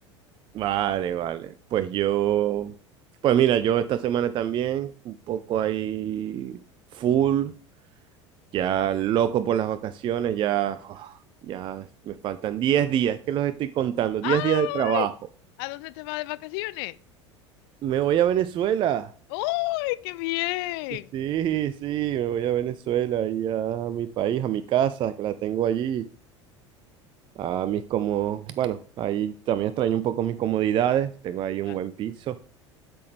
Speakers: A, on the right (about 35°); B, on the left (about 55°).
A: Vale, vale. Pues yo, pues mira, yo esta semana también, un poco ahí full, ya loco por las vacaciones, ya, uf, ya me faltan 10 días, es que los estoy contando,
B: ¡Ay!
A: 10 días de trabajo.
B: ¿A dónde te vas de vacaciones?
A: Me voy a Venezuela.
B: ¡Uy, qué bien!
A: Sí, sí, me voy a Venezuela y a mi país, a mi casa, que la tengo allí, a mis como, bueno, ahí también extraño un poco mis comodidades, tengo ahí
B: Claro,
A: un buen piso